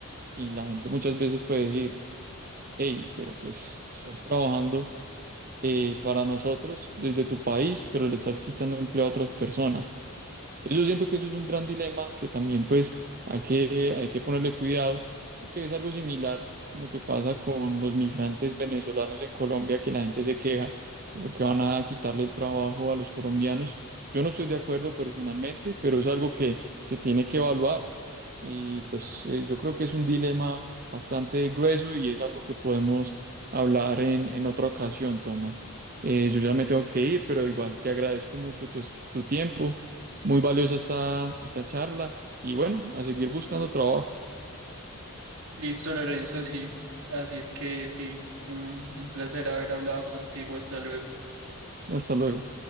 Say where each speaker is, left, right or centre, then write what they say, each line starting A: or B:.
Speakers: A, on the right; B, on the right.
A: Y la gente muchas veces puede decir, hey, pero pues estás trabajando eh, para nosotros desde tu país, pero le estás quitando empleo a otras personas. Entonces yo siento que eso es un gran dilema que también pues hay que, hay que ponerle cuidado porque es algo similar con lo que pasa con los migrantes venezolanos en Colombia, que la gente se queja porque van a quitarle el trabajo a los colombianos. Yo no estoy de acuerdo personalmente, pero es algo que se tiene que evaluar. Y pues eh, yo creo que es un dilema bastante grueso y es algo que podemos hablar en, en otra ocasión, Tomás. Eh, yo ya me tengo que ir, pero igual te agradezco mucho tu, es- tu tiempo. Muy valiosa esta, esta charla y bueno, a seguir buscando trabajo.
B: Listo, Lorenzo, sí. Así es que sí, un, un placer haber hablado contigo. Hasta luego.
A: Hasta luego.